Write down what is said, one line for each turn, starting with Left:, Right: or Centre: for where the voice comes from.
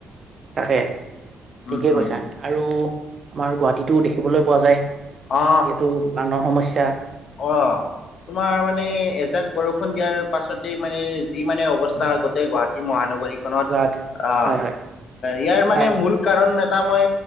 Right: তাকে ঠিকে
Left: উম, উম,
Right: কৈছা আৰু। আমাৰ গুৱাহাটীতো দেখিবলৈ পোৱা যায়।
Left: অ,
Right: যিহেতু বানৰ সমস্যা আটা।
Left: অ, তোমাৰ মানে এজাক বৰষুণ দিয়াৰ পাছতে মানে যি মানে অৱস্থা হয়, গোটেই গুৱাহাটী মহানগৰীখনত
Right: গুৱাহাটী
Left: অ,
Right: হয় হয়
Left: ইয়াৰ মানে
Right: তাই
Left: মূল কাৰণ এটা মই